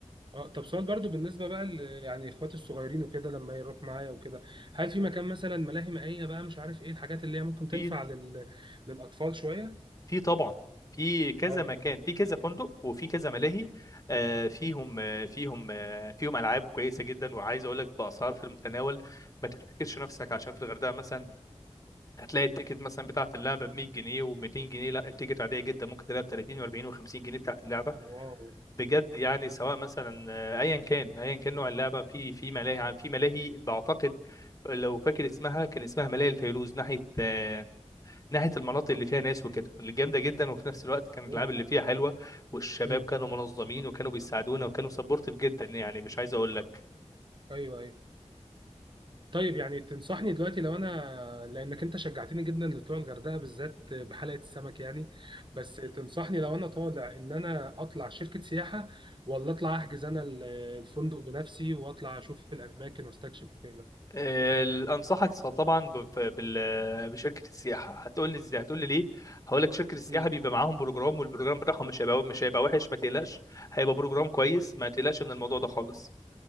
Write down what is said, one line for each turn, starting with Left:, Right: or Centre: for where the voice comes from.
Right: اه طب سؤال برضو بالنسبه بقى ل- يعني اخواتي الصغيرين وكده لما يروح معايا وكده هل في مكان مثلا ملاهي مائيه بقى مش عارف ايه الحاجات اللي هي ممكن تنفع
Left: في
Right: لل... للاطفال شويه
Left: في طبعا في كذا
Right: اه
Left: مكان في كذا فندق وفي كذا ملاهي آه فيهم آه فيهم آه فيهم العاب كويسه جدا وعايز اقول لك باسعار في المتناول ما تفتكرش نفسك عشان في الغردقه مثلا هتلاقي التيكت مثلا بتاعه اللعبه ب 100 جنيه و200 جنيه لا التيكت عاديه جدا ممكن تلاقيها ب 30 و40 و50 جنيه بتاعه اللعبه
Right: واو
Left: بجد يعني سواء مثلا آه، ايا كان ايا كان نوع اللعبه في في ملاهي في ملاهي بعتقد لو فاكر اسمها كان اسمها ملاهي الفيروز ناحيه آه، ناحيه المناطق اللي فيها ناس وكده اللي جامده جدا وفي نفس الوقت كانت
Right: اوه
Left: الالعاب اللي فيها حلوه والشباب
Right: مم.
Left: كانوا منظمين وكانوا بيساعدونا وكانوا سبورتيف جدا يعني مش عايز اقول لك
Right: ايوه ايوه طيب يعني تنصحني دلوقتي لو انا لانك انت شجعتني جدا لطلوع الغردقه بالذات بحلقه السمك يعني بس تنصحني لو انا طالع ان انا اطلع شركه سياحه ولا اطلع احجز انا ال- الفندق بنفسي واطلع اشوف الاماكن واستكشف وكده
Left: ال- انصحك ص- طبعا ب- ف- بال- بشركه السياحه هتقول لي ازاي هتقول لي ليه هقول لك شركه السياحه
Right: امم
Left: بيبقى معاهم بروجرام والبروجرام بتاعهم مش هيبقى مش هيبقى وحش ما تقلقش هيبقى بروجرام كويس ما تقلقش من الموضوع ده خالص